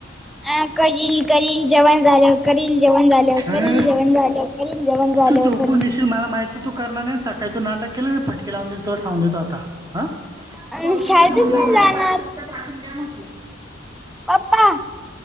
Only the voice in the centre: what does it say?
अ करील करील जेवण झाल करील जेवण झाल
करील जेवण झाल करील जेवण झाल्यावर
करील.
अ
शाळेतच
नाही जाणार.
पप्पा